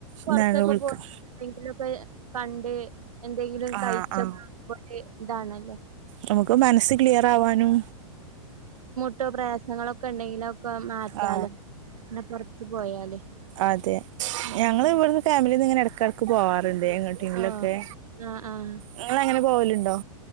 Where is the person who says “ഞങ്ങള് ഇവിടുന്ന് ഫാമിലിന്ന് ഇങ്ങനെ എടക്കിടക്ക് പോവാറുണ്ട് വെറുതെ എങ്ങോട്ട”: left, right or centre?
Right